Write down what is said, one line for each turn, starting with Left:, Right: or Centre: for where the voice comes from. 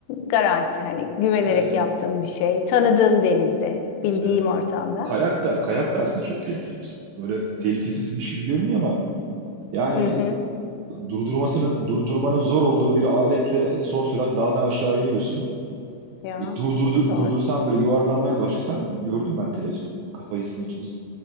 Left: Garanti hani güvenerek
Right: Ee,
Left: yaptığım bir şey, tanıdığım denizde, bildiğim
Right: evet.
Left: ortamda.
Right: Bu kayak da kayak da aslında çok tehlikeli bir spor. Böyle tehlikesizmiş gibi görünüyor ama yani
Left: Hı hı.
Right: durdurmasının durdurmanın zor olduğu bir aletle son sürat dağdan aşağı iniyorsun.
Left: Ya
Right: E, durdurdu,
Left: doğru.
Right: durdursan böyle yuvarlanmaya başlasan gördüm ben televizyonda. Kafasını çiz-